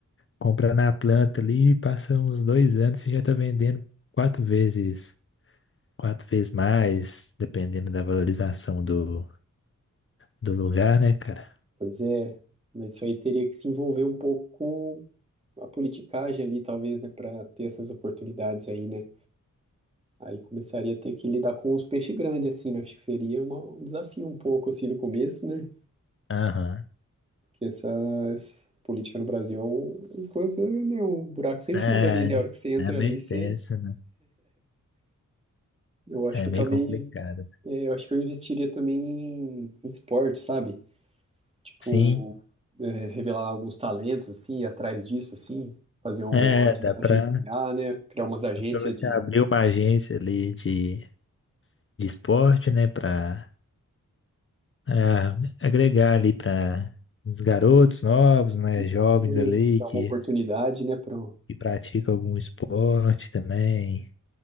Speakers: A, on the left (about 40°); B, on the right (about 20°).
A: compra na planta ali, passa uns dois anos, você já tá vendendo quatro vezes Quatro vezes mais, dependendo da valorização do, do lugar, né, cara?
B: Pois é, mas isso aí teria que se envolver um pouco com a politicagem ali, talvez, né, para ter essas oportunidades aí, né? Aí começaria a ter que lidar com os peixes grandes, assim, né? Acho que seria uma- um desafio um pouco, assim, no começo, né?
A: Aham.
B: Porque essa, essa política no Brasil é uma coisa, né, um buraco sem
A: É,
B: fundo ali, né? A hora que você entra
A: é meio
B: ali, você...
A: tenso, né?
B: Eu acho
A: É
B: que eu
A: meio
B: também...
A: complicado.
B: é, eu acho que eu investiria também em, em esporte, sabe? Tipo,
A: Sim,
B: é, revelar alguns talentos, assim, ir atrás disso, assim, fazer um
A: é,
B: agen-
A: dá pra,
B: agenciar, né? Criar umas agências
A: dá pra você
B: de.
A: abrir uma agência ali de, de esporte, né, pra ah, agregar ali pra os garotos novos, né,
B: Isso,
A: jovens
B: isso mesmo.
A: ali
B: Dar
A: que,
B: uma oportunidade, né? para
A: que praticam algum esporte também.